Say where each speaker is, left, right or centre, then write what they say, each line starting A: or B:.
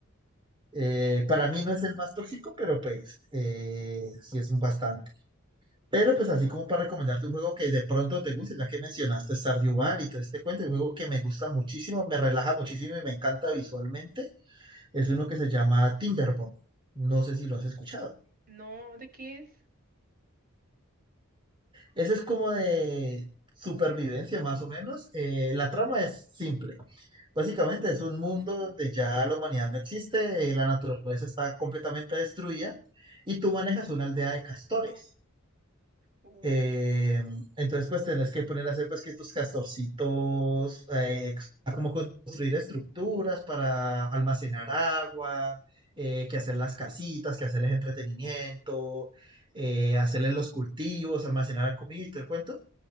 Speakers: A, on the right (about 25°); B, on the right (about 45°).
A: Eh, para mí no es el más tóxico, pero pues eh, sí es bastante Pero pues así como para recomendarte un juego que de pronto te guste, ya que mencionaste Stardew Valley y todo este cuento, un juego que me gusta muchísimo, me relaja muchísimo y me encanta visualmente, es uno que se llama Timberborn. No sé si lo has escuchado.
B: No, ¿de qué es?
A: Ese es como de supervivencia más o menos. Eh, la trama es simple. Básicamente es un mundo donde ya la humanidad no existe, eh, la naturaleza está completamente destruida y tú manejas una aldea de castores.
B: Uy.
A: Eh, entonces, pues tenés que poner a hacer pues que tus castorcitos, eh, a cómo construir estructuras para almacenar agua, eh, que hacer las casitas, que hacerles entretenimiento, eh, hacerles los cultivos, almacenar la comida y todo el cuento.